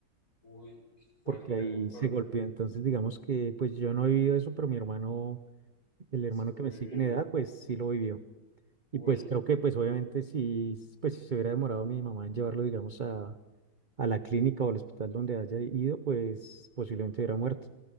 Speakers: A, on the left; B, on the right.
A: uy, fuerte,
B: porque ahí
A: muy fuerte,
B: se golpeó. Entonces, digamos que pues yo no he vivido eso, pero mi hermano El hermano
A: sí lo
B: que me
A: vivió,
B: sigue en edad, pues sí lo vivió. Y
A: uy,
B: pues creo que, pues obviamente, si, pues, si se hubiera demorado mi mamá en llevarlo, digamos, a, a la clínica o al hospital donde haya ido, pues posiblemente hubiera muerto.